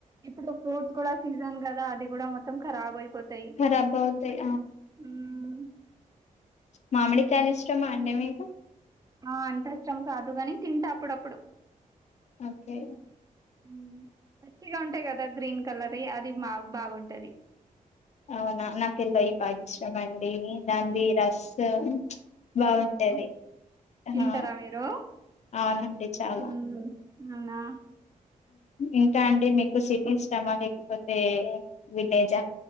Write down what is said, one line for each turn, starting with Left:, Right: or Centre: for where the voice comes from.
Right: ఇప్పుడు ఫ్రూట్స్ కూడా సీజన్ కదా అది కూడా మొత్తం రాబైపోత్ తై
Left: ఖరాబ్ అవుతాయి
Right: హుమ్
Left: మామిడి కాయలు ఇష్టమా అండే మీకు
Right: ఆ అంతష్టం కాదు గాని తింట అప్పుడప్పుడు
Left: ఓకే
Right: హుమ్ పచ్చిగా ఉంటాయ్ కదా గ్రీన్ కలర్ యి అది బా బాగుంటది
Left: అవునా నాకెల్లో ఈ బాగిష్టం అండి దాందిి
Right: అవునా
Left: రసం బాగుంటది
Right: ఓహో
Left: ఆ
Right: తింటారా మీరు
Left: అవునండి చాలా
Right: మ్మ్ అవునా
Left: ఇంకా అండి మీకు సిటీ ఇష్టమా లేకపోతే విలేజా